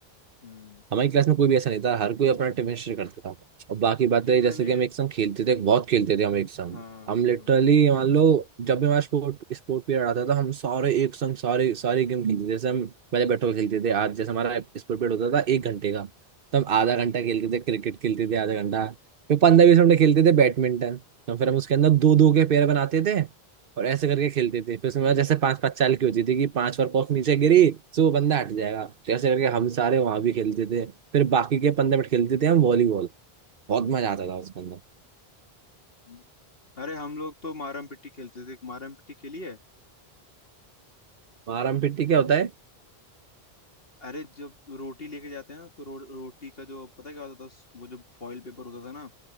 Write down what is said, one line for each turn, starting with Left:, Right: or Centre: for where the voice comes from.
Left: हम्म
Right: हमारी क्लास में कोई भी ऐसा नहीं था हर कोई अपना टिफिन शेयर करता था और बाकी बात
Left: क्योंकि
Right: रही
Left: मैंने
Right: जैसे कि हम एक संग खेलते थे बहुत खेलते थे हम एक संग
Left: हाँ
Right: हम
Left: हाँ,
Right: लिटरली
Left: हाँ,
Right: मान लो जब भी हमारा स्पोर्ट स्पोर्ट पीरियड आता था हम सारे एक संग सारे सारे गेम खेलते थे जैसे हम पहले बैट बॉल खेलते थे आज जैसे हमारा स्पोर्ट पीरियड होता था एक घंटे का तो हम
Left: हम्म
Right: आधा घंटा खेलते थे क्रिकेट खेलते थे आधा घंटा फिर पंद्रह बीस मिनट खेलते थे बैडमिंटन तो फिर हम उसके अंदर दो दो के पेयर बनाते थे और ऐसे करके खेलते थे फिर उसमें मतलब जैसे पांच पांच चाल की होती थी कि पांच बार कॉक नीचे गिरी तो वो बंदा हट जाएगा तो ऐसे करके हम सारे वहां भी खेलते थे फिर बाकी के पंद्रह मिनट खेलते थे हम वॉलीबॉल बहुत मजा आता था उसके अंदर
Left: हम्म। अरे हम लोग तो मारम पिट्टी खेलते थे मारम पिट्टी खेली है
Right: मारम पिट्टी क्या होता है
Left: अरे जब रोटी लेके जाते हैं ना तो रो, रोटी का जो पता है क्या होता था वो जो फॉइल पेपर होता था ना